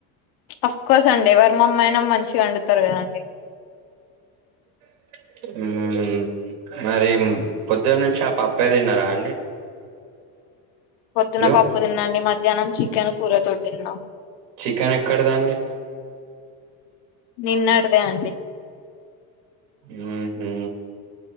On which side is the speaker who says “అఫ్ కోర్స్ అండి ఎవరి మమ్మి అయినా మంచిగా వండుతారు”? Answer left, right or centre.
Left